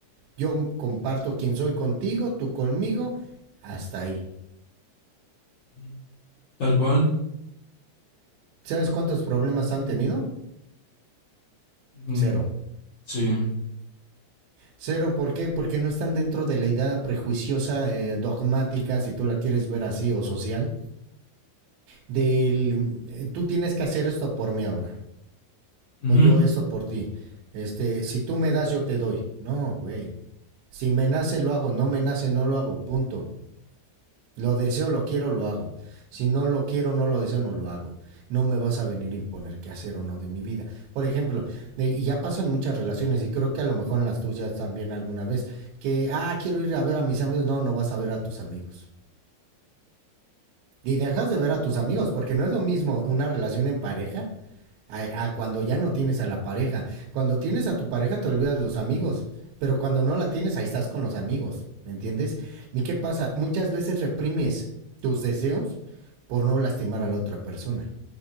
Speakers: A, on the right (about 85°); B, on the left (about 50°).
A: yo comparto quién soy contigo, tú conmigo, hasta ahí.
B: Ujú. Tal cual.
A: ¿Sabes cuántos problemas han tenido?
B: Mm,
A: Cero.
B: sí.
A: Cero, ¿por qué? Porque no están dentro de la idea prejuiciosa, eh, dogmática, si tú la quieres ver así, o social, del eh, tú tienes que hacer esto por mí ahora,
B: Ujú.
A: o yo esto por ti. Este, si tú me das, yo te doy. No, güey. Si me nace, lo hago. No me nace, no lo hago. Punto. Lo deseo, lo quiero, lo hago. Si no lo quiero, no lo deseo, no lo hago. No me vas a venir a imponer qué hacer o no de mi vida. Por ejemplo, de- y ya pasó en muchas relaciones, y creo que a lo mejor en las tuyas también alguna vez, que, ah, quiero ir a ver a mis amigos. No, no vas a ver a tus amigos. Y dejas de ver a tus amigos, porque no es lo mismo una relación en pareja a, a cuando ya no tienes a la pareja. Cuando tienes a tu pareja te olvidas de los amigos, pero cuando no la tienes ahí estás con los amigos, ¿me entiendes? ¿Y qué pasa? Muchas veces reprimes tus deseos por no lastimar a la otra persona.